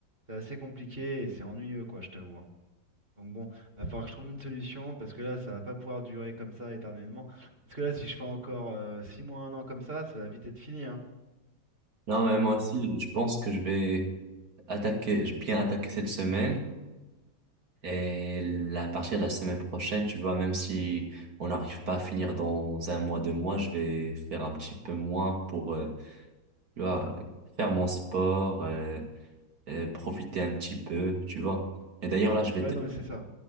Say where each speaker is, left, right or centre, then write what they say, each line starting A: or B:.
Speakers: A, on the right (about 30°); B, on the right (about 55°).
A: C'est assez compliqué et c'est ennuyeux, quoi, je t'avoue. hein. Donc bon, va falloir que je trouve une solution parce que là, ça va pas pouvoir durer comme ça éternellement. Parce que là, si je fais encore euh, 6 mois, un an comme ça, ça va vite être fini. hein.
B: Non, mais moi
A: Donc
B: aussi,
A: bon,
B: je pense que je vais attaquer, je vais bien attaquer cette semaine. Et la- à partir de la semaine prochaine, tu vois, même si on n'arrive pas à finir dans un mois, deux mois, je vais faire un petit peu moins pour, euh, tu vois, faire mon sport, euh, euh, profiter un petit peu, tu vois. Et d'ailleurs, là, je vais
A: ouais,
B: te,
A: non mais c'est ça.